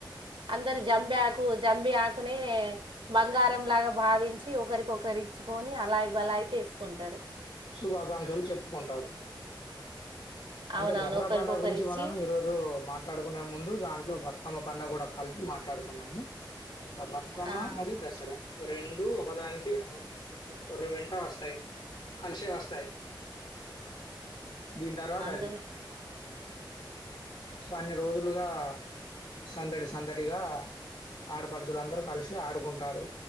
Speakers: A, on the right; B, on the left.
A: అందరు జంబి ఆకు జంబి ఆకునే బంగారంలాగా భావించి ఒకరికొకరి ఇచ్చుకొని అలాయి బలాయి్ చేసుకుంటారు
B: శుభాకాంక్షలు చెప్పుకుంటారు
A: అవునవును
B: అంటే దసరా
A: ఒకరికొకరు
B: పండగ గురించి
A: ఇచ్చి
B: మనం ఈ రోజు మాట్లాడుకునే ముందు దాంట్లో బతక తమ పండగ కూడా కలిపి మాట్లాడుకున్నాము సో బతుకమ్మ
A: ఆ
B: మరియు దసరా రెండు ఒకదానికి ఆర్వెల్ వస్తాయి కలిసే వస్తాయి దీని తర్వాత అది
A: స
B: సో అన్ని రోజులుగా సందడి సందడిగా ఆడపడుచలుందరుూ కలిసి ఆడుకుంటు ంటారు